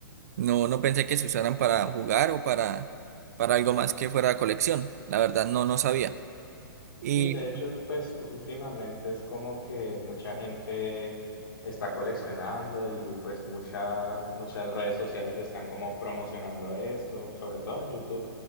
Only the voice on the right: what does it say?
No, no pensé que se usaran para jugar o para, para algo más que fuera colección. La verdad, no, no sabía.
Y